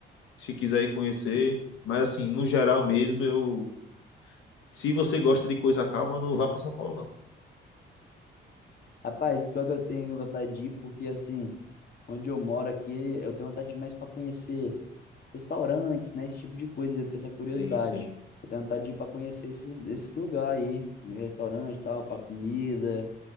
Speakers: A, on the left (about 85°); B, on the left (about 50°).
A: se quiser ir conhecer. Mas assim, no geral mesmo, eu, se você gosta de coisa calma, não vá para São Paulo, não.
B: Rapaz, pior que eu tenho vontade de ir, porque assim, onde eu moro aqui, eu tenho vontade de mais para conhecer restaurantes, né? Esse tipo de coisa, eu tenho essa curiosidade.
A: Sim, sim.
B: Eu tenho vontade de ir para conhecer esses, esses lugares aí, restaurante e tal, para comida,